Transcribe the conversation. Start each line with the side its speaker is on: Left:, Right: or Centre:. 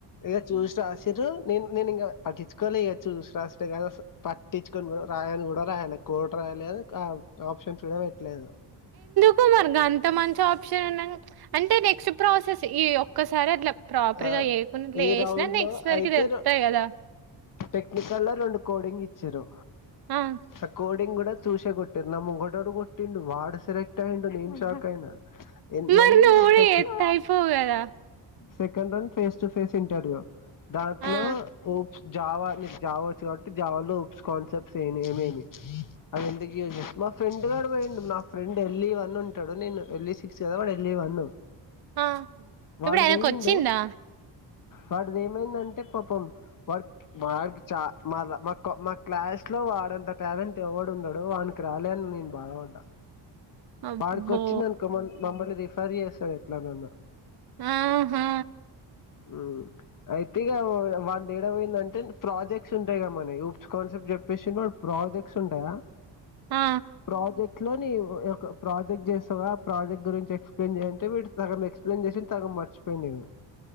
Left: ఇగ చూసి రాసిర్రు నేను నేను ఇంగా పట్టిచ్చుకోలే ఇక చూసి రాసుడే కదా పట్టిచ్చుకొని కూడా రాయను కూడా రాయాలే కోర్టు రాయాలేదు ఆప్షన్స్ కూడా పెట్టలేదు
Right: పో మరి గంత మంచి ఆప్షన్ ఉన్నాం అంటే నెక్స్ట్ ప్రాసెస్ ఈ ఒక్కసారి అట్లా ప్రాపర్
Left: ఆ
Right: గా ఏయకున్ ట్ల
Left: ఈ
Right: ఏసినా
Left: రౌండ్
Right: నెక్స్ట్
Left: లో
Right: సరికి
Left: అయితే
Right: తెలుత్తాయి కదా
Left: టెక్నికల్ లో రెండు కోడింగ్ ఇచ్చిర్రు
Right: ఆ
Left: ఆ కో డింగ్ కూడా చూసే కొట్టిర్రు నా ముంగటోడు కొట్టిండు వా డు సెలెక్ట్ అయిండు నేను షాక్ అయినా ఏన్
Right: మరి
Left: మళ్ళీ
Right: నువ్వు కూడా
Left: టెక్నా
Right: చేత్తే అయిపోవు కదా
Left: second round face to face interview దాంట్లో
Right: ఆ
Left: ఏ జావా నీకు జావా వచ్చు కాబట్టి జావాలో ఉప్స్ కాన్సెప్ట్స్ ఏని ఏమేమి అది ఎందుకు యూస్ చేస్ మా ఫ్రెండ్ గాడు పోయిండు మా ఫ్రెండ్ ఎళ్ళి వన్నంటాడు నేను ఎళ్ళిసి ఫిక్స్ కదా వాడు ఎళ్ళి వన్ను
Right: ఆ
Left: వాడు
Right: ఇప్పుడు ఆయనకు
Left: పొయ్యిండు
Right: వచ్చిందా
Left: వాడిది ఏమైందంటే పాపం వాడు వాడికి చా మాలా మాకొ మా క్లాస్ లో వాడంత టాలెంట్ ఎవడు ఉండడు వాను క్రాలేన్ నేను బాధపడ్డా
Right: అబ్బో
Left: వాడికి వచ్చిందనుకో మన్ మమ్మల్ని రిఫర్ చేస్తాడు ఎట్లనన్నా
Right: ఆహా
Left: ఊ అయితే ఇగ వాన్ ఏడ పోయింది అంటే ప్రాజెక్ట్స్ ఉంటాయి గా మనవి ఉప్స్ కాన్సెప్ట్ చెప్పేసి వాడు ప్రాజెక్ట్స్ ఉంటాయి కదా
Right: ఆ
Left: ప్రాజెక్ట్ లోని ఒ ఒక ప్రాజెక్ట్ జేస్తావా ప్రాజెక్ట్ గురించి ఎక్స్ప్లయిన్ చేయంటే వీడు సగం ఎక్స్ప్లెయిన్ చేసిండు సగం మర్చిపోయిండిగ